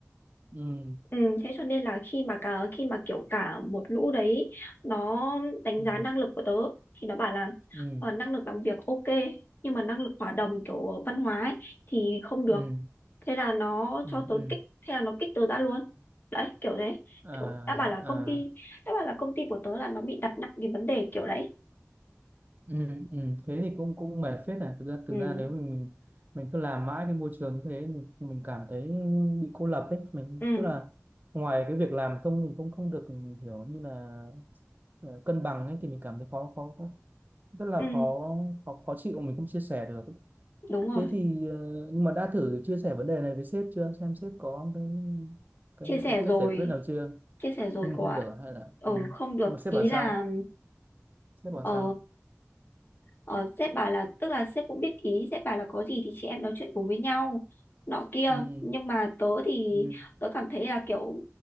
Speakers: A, on the right (about 35°); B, on the left (about 40°).
A: Ừ.
B: Ừm, thế cho nên là khi mà cả khi mà kiểu cả một lũ đấy nó đánh
A: Ừ.
B: giá năng lực của tớ thì nó bảo là
A: Ừ.
B: ờ, năng lực làm việc ok nhưng mà năng lực hòa đồng kiểu văn hóa ấy, thì không được
A: Ừ.
B: thế là nó
A: Ừ.
B: cho tớ
A: Ừ.
B: kích thế là nó kích tớ ra luôn đấy kiểu thế
A: À,
B: kiểu đã bảo là
A: à.
B: công ty đã bảo là công ty của tớ là nó bị đặt nặng cái vấn đề kiểu đấy
A: Ừ, ừ. Thế thì cũng cũng mệt phết này thực ra
B: ừ
A: thực ra nếu mình mình mình cứ làm mãi cái môi trường như thế mình, mình cảm thấy bị cô lập ấy mình
B: ừ
A: tức là ngoài cái việc làm không mình cũng không được kiểu như là ờ, cân bằng ấy thì mình cảm thấy khó khó khó- rất là
B: ừ
A: khó khó, khó chịu mình không chia sẻ được
B: đúng rồi
A: Thế thì ờ, nhưng mà đã thử chia sẻ vấn đề này với sếp chưa xem sếp có cái cái,
B: chia sẻ
A: cái
B: rồi
A: cách giải quyết nào chưa
B: chia sẻ rồi
A: nhưng
B: cô
A: mà không
B: ạ
A: được à? hay là
B: ừ
A: ừ.
B: không được
A: nhưng mà sếp
B: ý
A: bảo sao
B: là
A: sếp bảo
B: ờ
A: sao
B: Ờ, sếp bảo là tức là sếp cũng biết ý sếp bảo là có gì thì chị em nói chuyện cùng với nhau nọ kia
A: ừ.
B: nhưng mà tớ thì
A: Ừ.
B: tớ cảm thấy là kiểu